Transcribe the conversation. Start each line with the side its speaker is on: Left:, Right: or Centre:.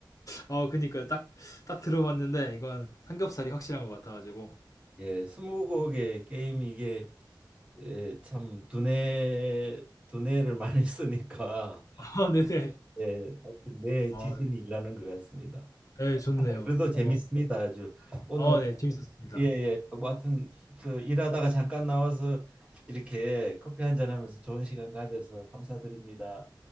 Left: 어 그니까요. 딱 딱 들어봤는데 이건 삼겹살이 확실한 것 같아 가지고.
Right: 예, 스무고개 게임이 이게 예, 참 두뇌 두뇌를 많이 쓰니까
Left: <laughs> 아 네네.
Right: 예, 하여튼 내
Left: 아
Right: 지진이 일어나는 것 같습니다.
Left: 네. 예 좋네요.
Right: 그래도 재밌습니다.
Left: 어.
Right: 아주 오늘
Left: 어 네. 재밌었습니다.
Right: 예예 뭐 하여튼 그 일하다가 잠깐 나와서 이렇게 커피 한 잔 하면서 좋은 시간 가져서 감사드립니다.